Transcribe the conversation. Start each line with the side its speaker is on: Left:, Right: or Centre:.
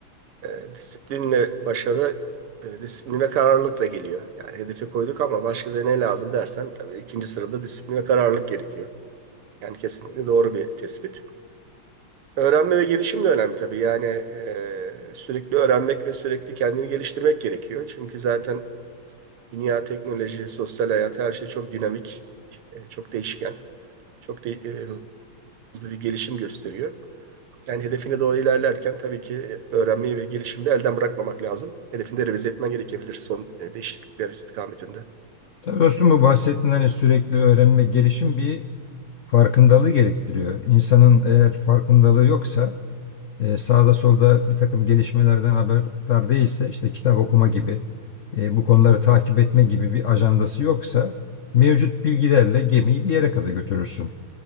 Right: e, disiplinle başarı e, disiplin ve kararlılıkla geliyor. Yani hedefi koyduk ama başka da ne lazım dersen tabii ikinci sırada disiplin ve kararlılık gerekiyor. Yani kesinlikle doğru bir tespit. Öğrenme ve gelişim de önemli tabii. Yani e, sürekli öğrenmek ve sürekli kendini geliştirmek gerekiyor. Çünkü zaten dünya, teknoloji, sosyal hayat her şey çok dinamik, e, çok değişken, çok de- e, hızlı bir gelişim gösteriyor. Yani hedefine doğru ilerlerken tabii ki öğrenmeyi ve gelişimi de elden bırakmamak lazım. Hedefinde revize etmen gerekebilir son e, değişiklikler istikametinde.
Left: Tabii dostum bu bahsettiğin hani sürekli öğrenme, gelişim bir farkındalığı gerektiriyor. İnsanın eğer farkındalığı yoksa e, sağda solda bir takım gelişmelerden haberdar değilse işte kitap okuma gibi e, bu konuları takip etme gibi bir ajandası yoksa mevcut bilgilerle gemiyi bir yere kadar götürürsün.